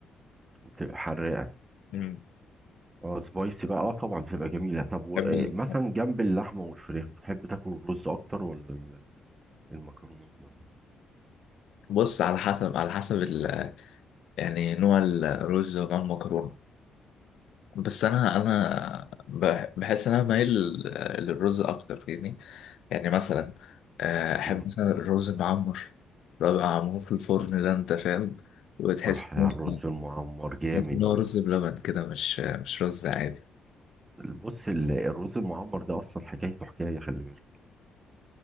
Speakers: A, on the right; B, on the left.
A: بتبقى حراقه
B: امم
A: اه سبايسي بقى اه طبعا بتبقى جميله طب و-
B: بحب
A: آه
B: ال-
A: مثلا جنب اللحمه والفراخ بتحب تاكل الرز اكتر ولا ال- المكرونات مثلا
B: بص على حسب على حسب ال... يعني نوع الرز ونوع المكرونه بس انا انا بح- بحس ان انا مايل لل- للرز اكتر فاهمني يعني مثلا آه، احب
A: امم
B: مثلا الرز المعمر اللي هو بيبقى معمول في الفرن ده انت فاهم وتحس
A: صح الرز
B: ان هو
A: المعمر جامد
B: إن هو رز بلبن كده مش مش رز عادي
A: بص ال- الرز المعمر ده اصلا حكايته حكايه خلي بالك